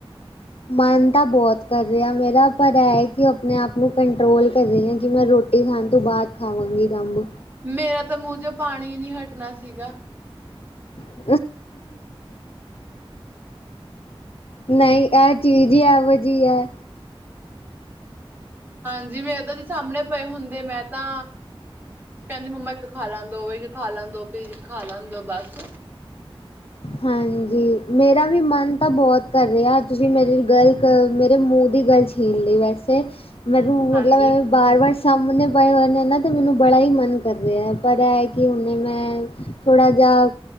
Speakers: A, on the left; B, on the right.
A: ਮਨ ਤਾਂ ਬਹੁਤ ਕਰ ਰਿਹਾਂ ਮੇਰਾ ਪਰ ਐਂ ਕਿ ਉਹ ਆਪਣੇਂ ਆਪ ਨੂੰ ਕੰਟਰੋਲ ਕਰ ਰਹੀਂ ਹਾਂ ਕਿ ਮੈਂ ਰੋ ਰੋਟੀ ਖ਼ਾਣ ਤੋਂ ਬਾਅਦ ਖਾਵਾਂਗੀ ਤਾਂ ਅੰਬ।
B: ਮੇਰਾ ਤਾਂ ਮੂੰਹ ਚੋਂ ਪਾਣੀਂ ਨੀਂ ਹਟਣਾ ਸੀਗਾ।
A: <unintelligible> ਨਹੀਂ ਐਹ ਚੀਜ਼ ਹੀ ਐਹੋ ਜੀ ਐ।
B: ਹਾਂਜੀ ਮੈਂ ਏਦਾ ਜੇ ਸਾਹਮਣੇਂ ਪਏ ਹੁੰਦੇ ਮੈਂ ਤਾਂ ਕਹਿੰਦੀ ਮੰਮਾ ਇੱਕ ਖਾਂ ਲਾਂ ਦੋ ਖਾਂ ਲਾਂ ਦੋ ਪੀਜ਼ ਖਾਂ ਲ਼ੈਨ ਦੋ ਬਸ।
A: ਹਾਂਜੀ ਮੇਰਾ ਵੀ ਮਨ ਤਾਂ ਬਹੁਤ ਕਰ ਰਿਹਾ ਤੁਸੀਂ ਮੇਰੀ ਗੱਲ ਮੇਰੇ ਮੂੰਹ ਦੀ ਗੱਲ ਛੀਣ ਲਈ ਵੈਸੇ, ਮੈਨੂੰ
B: ਹਾਂਜੀ,
A: ਮਤਲਬ ਵਾਰ-ਵਾਰ ਸਾਹਮਣੇ ਪਾਏ ਹੋਏ ਨੇ ਨਾ ਤਾਂ ਮੈਨੂੰ ਬੜਾ ਹੀ ਮਨ ਕਰ ਰਿਹਾ। ਪਰ ਐ ਹੈ ਕਿ ਹੁਣੇ ਮੈਂ ਥੋੜਾ ਜਾ